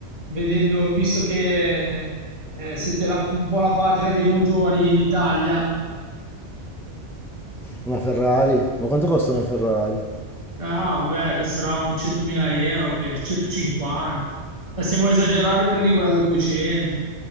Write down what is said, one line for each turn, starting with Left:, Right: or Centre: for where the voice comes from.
Right: vedendo, visto che eh, siete la- un po' la patria dei motori in Italia.
Centre: Una Ferrari? Ma quanto costa una Ferrari?
Right: Ah, vabbè, costerà un 100.000 euro, penso, 150. Ma se vuoi esagerare, prendi quella da 200. Il